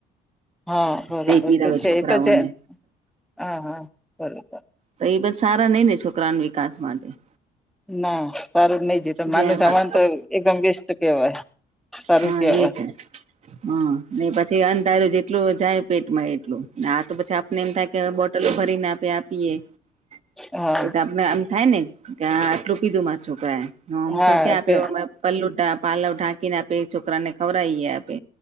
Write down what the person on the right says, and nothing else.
તે પીરાવે
છોકરાઓને
તો એ બધ સારા નઈ ને છોકરાના વિકાસ માટે.
જેમાં
હા
એ જ હા ને પછ. જે અંધારો જેટલું જાય પેટમાં એટલું આ તો પછી આપને એમ થાય. તે બોટલો ભરીને આપે આપીએ એ
તો આપ. ના આમ થાય ને કે આટલું કીધું મારા છોકરા નામતો
ક્યાં આમાર. પલ્લુ પાલવ ઢાંકીને આપે છોકરાને ખવરાઈએ આપે